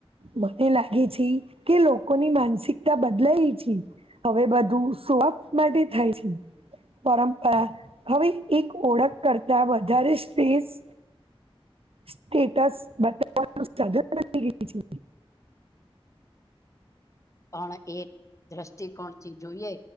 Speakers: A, on the right (about 75°); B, on the left (about 30°).
A: મને લાગે છે. કે લોકોની માનસિકતા બદલાય છે. હવે બધું સોપ માટે થાય છે. પરંપરા હવે, એક ઓળખ કરતા વધારે સ્ટ્રીઝ સ્ટેટસ બતાવાનું સઘન બની ગય છે.
B: પણ એક દ્રષ્ટિકોણથી જોઈએ